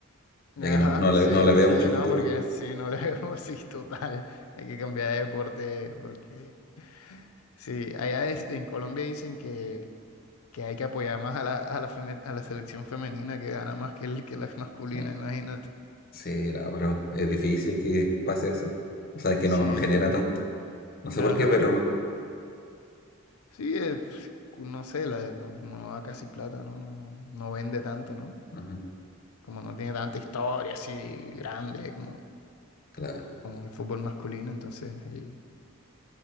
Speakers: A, on the left; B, on the left.
A: ajá,
B: ya que no, no le,
A: sí,
B: no le veo
A: sí,
B: mucho
A: no,
B: futuro.
A: porque sí, no le veo <laughs> así total. Hay que cambiar de deporte porque... Sí, allá es- en Colombia dicen que, que hay que apoyar más a la, a la, feme- a la selección femenina que gana más que, el, que la masculina,
B: Ah,
A: imagínate.
B: Sí, la, pero es difícil que pase eso. O sea, que
A: Sí,
B: no, no genera
A: bro.
B: tanto. No sé
A: Ajá.
B: por qué, pero no.
A: Sí, eh, pf, no sé, la, no- como no da casi plata, ¿no? No, no vende tanto, ¿no?
B: Ajá,
A: Como no tiene tanta historia así grande como,
B: claro.
A: como el fútbol masculino, entonces. y-